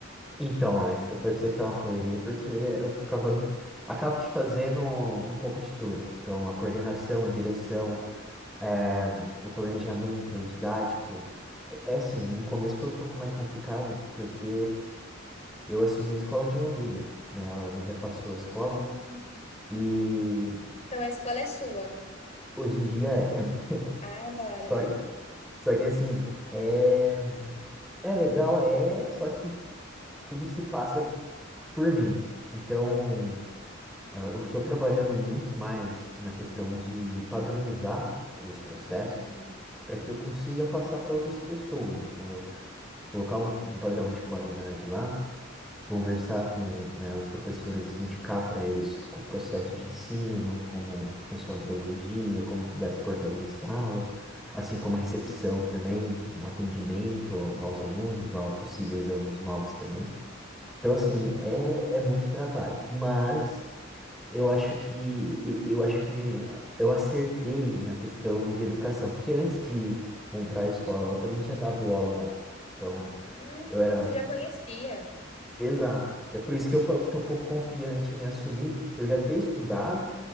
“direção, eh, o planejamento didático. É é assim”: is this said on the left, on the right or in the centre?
Centre